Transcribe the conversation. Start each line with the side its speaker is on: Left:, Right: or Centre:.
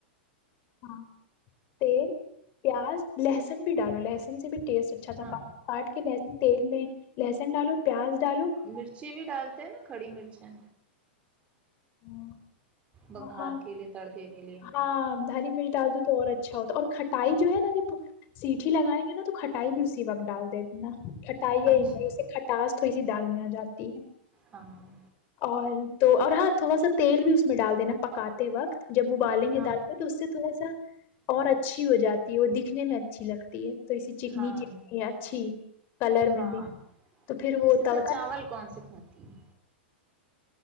Left: ہاں پیاز لہسن بھی ڈالو لہسن سے بھی ٹیسٹ اچھا
Right: ہاں
Left: تھا کاٹ کے نیز میں تیل میں لہسن ڈالو پیاز ڈالو
Right: مرچیں بھی ڈالتے نا کھڑی مرچیں
Left: اور
Right: بگھار
Left: ہاں
Right: کے لیے تڑکے کے لیے
Left: ہاں دھاری مرچ ڈال دو اور اچھا ہوتا ہے اور کھٹائی جو ہے نا جب سیٹھی لگائیں گے نا تو کھٹائی بھی اسی وقت ڈال دیتے نا کھٹائی ہے
Right: اچھا
Left: مےے ک تاس تھوڑی سی دال میں آ جاتی ہے
Right: ہاں
Left: اور تو اور ہاں تھوڑا سا تیل بھی اس میں ڈال دینا پکاتے وقت جب ابالیں گے
Right: ہاں
Left: دال کو تو اس سے تھوڑا سا اور اچھی ہو جاتی ہے اور دکھنے میں اچھی لگتی ہے تو اسی چکنی
Right: ہاں
Left: چکنی اچھی کلر
Right: ہاں
Left: میں بھی تو پھر
Right: تم
Left: وہ
Right: اس کے ساتھ
Left: تڑکا
Right: چاول کون سے کھاتی ہوں